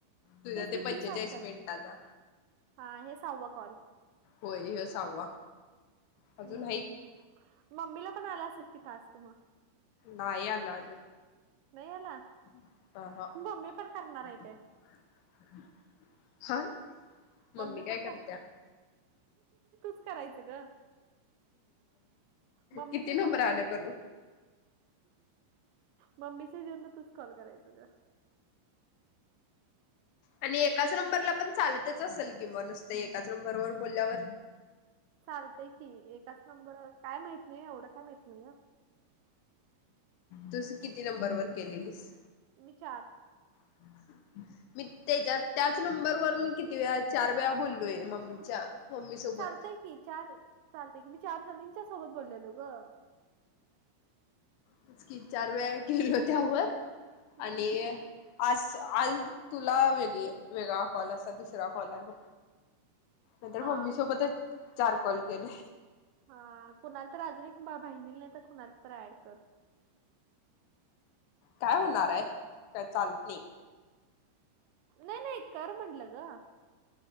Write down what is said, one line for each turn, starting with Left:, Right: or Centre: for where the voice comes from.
Left: तुझ्या
Right: तेच
Left: ते
Right: की
Left: पंचेचाळीस
Right: तीस असतात.
Left: मिनिटाचा.
Right: हा हे सऊवा कॉल
Left: होय व्हो सहावा. अजून
Right: हम्म,
Left: हाईत
Right: मम्मीला पण आला असेल कि टास्क मग
Left: नाही अंदाज
Right: नई आला
Left: ह
Right: मम्मी पण करणार
Left: ह
Right: आहे काय?
Left: हा
Right: मम्मी
Left: काय
Right: पण
Left: करत्या
Right: का? <inaudible> करायचं ग मम्मीच्या
Left: किती नंबरान
Right: हेज्यातच
Left: करू
Right: मम्मीशी जेवना तच कॉल करायचा ग
Left: आणि
Right: हम्म.
Left: एकाच नंबरला पण चालतच असेल कि म नुसतं एकाच नंबरवरर बोलल्यावर
Right: चालतय की एकाच नंबर काय माहीत नाही एवढं काय माहीत नाही.
Left: तुस किती नंबर वर केलेलीस?
Right: विचार.
Left: ह <inaudible> मी त्याच्या त्याच नंबरवर मी किती वेळा चार वेळा बोललोय मम्मीच्या. मम्मी सोबत.
Right: चालतय की चार चालतय की मी चार जणींच्या सोबत बोललेलो गं.
Left: तेच की चार वेळा गेलो हो त्यावर
Right: हम्म.
Left: आणि आज आज तुला वेगळी वेगळा कॉल असत दुसरा कॉल आहे बघ. नंतर
Right: हा
Left: मम्मी सोबतच चार कॉल केले.
Right: हा कुणाला तर अजून बहिणीला नाही तर कुणाला तर ऍड कर.
Left: काय होणार आहे काय चालत नाही.
Right: नाही नाही कर म्हटलं ग.